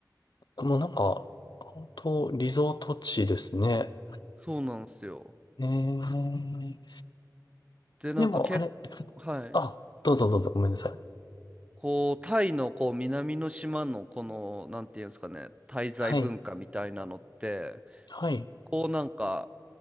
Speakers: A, on the left; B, on the right.
A: もうなんか、本当リゾート地ですね。
B: そうなんですよ。
A: えー、
B: で、なんか結構、
A: でも、あれ、
B: はい。
A: あ、どうぞどうぞ、ごめんなさい。
B: こう、タイのこう南の島のこの、なんていうんですかね、滞在文化みたいなのって、
A: はい、はい、
B: こうなんか